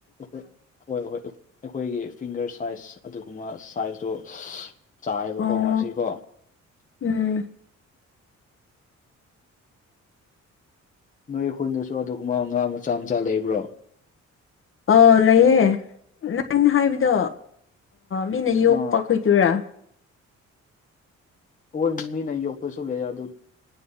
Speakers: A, on the left; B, on the left.
A: ꯈꯣꯏ ꯍꯣꯏ ꯍꯣꯏ ꯑꯩꯈꯣꯏꯒꯤ ꯐꯤꯡꯒꯔ ꯁꯥꯏꯖ ꯑꯗꯨꯒꯨꯝꯕ ꯁꯥꯏꯖꯇꯣ ꯆꯥꯏꯕꯀꯣ
B: ꯑꯣ
A: ꯉꯁꯤꯀꯣ
B: ꯎꯝ
A: ꯅꯣꯏ ꯑꯩꯈꯣꯏꯗꯁꯨ ꯑꯗꯨꯒꯨꯝꯕ ꯉꯥ ꯃꯆꯥ ꯃꯆꯥ ꯂꯩꯕ꯭ꯔꯣ
B: ꯑꯥꯎ ꯂꯩꯌꯦꯦ ꯅꯪꯅ ꯍꯥꯏꯕꯗꯣ ꯃꯤꯅ ꯌꯣꯛꯄ
A: ꯑꯥ
B: ꯈꯠꯇꯣꯏꯔꯥ
A: ꯍꯣꯏ ꯃꯤꯅ ꯌꯣꯛꯄꯁꯨ ꯂꯩꯦ ꯑꯗꯨ